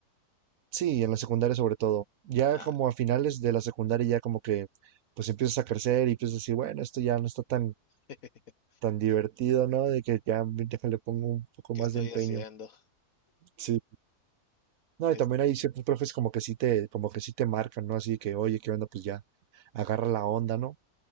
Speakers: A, on the right; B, on the left.
A: Sí, en la secundaria sobre todo. Ya
B: Ah,
A: como a finales de la secundaria ya como que pues empiezas a crecer y empiezas a decir, bueno, esto ya no está tan
B: <laughs>
A: tan divertido, ¿no? De que ya déjale pongo un poco
B: ¿qué
A: más
B: estoy
A: de empeño.
B: haciendo?
A: Sí. No,
B: Es,
A: y también hay ciertos profes como que sí te como que sí te marcan, ¿no? Así que, oye, ¿qué onda? Pues ya agarra la onda, ¿no?